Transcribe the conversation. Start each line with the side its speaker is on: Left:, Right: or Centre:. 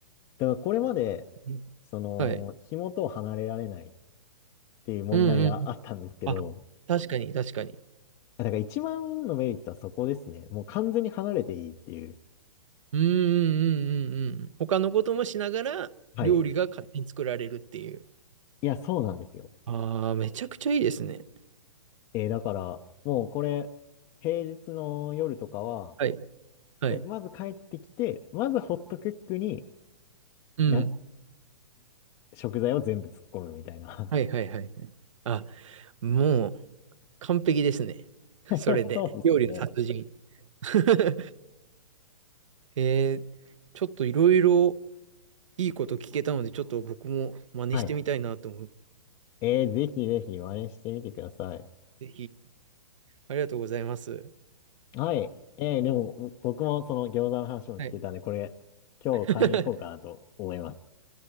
Left: だからこれまで、
Right: うん
Left: その、
Right: はい。
Left: 紐と離れられないっていう問題があったんですけど、
Right: うんうん。あ、確かに、確かに。
Left: あだから一番のメリットはそこですね。もう完全に離れていいっていう。
Right: うんうんうんうんうん。他のこともしながら、
Left: はい。
Right: 料理が勝手に作られるっていう。
Left: いや、そうなんですよ。
Right: ああ、めちゃくちゃいいですね。
Left: えーだから、もうこれ、平日の夜とかは、
Right: はい。はい。
Left: でまず帰ってきて、まずホットクックに、
Right: うん。
Left: いや、ん食材を全部突っ込むみたいな。
Right: はいはいはいはい。あ、もう、完璧ですね。
Left: <laughs>
Right: それで。
Left: そうですね。
Right: 料理の達人。<laughs> えー、ちょっといろいろいいこと聞けたので、ちょっと僕も真似してみたいなと思っ
Left: はい。えーぜひぜひ真似してみてください。
Right: て、ぜひ、ありがとうございます。
Left: はい。えーでも、僕もその餃子の話も聞いたんで、
Right: はい。
Left: これ、今日買いに行こうかなと思います。
Right: <laughs>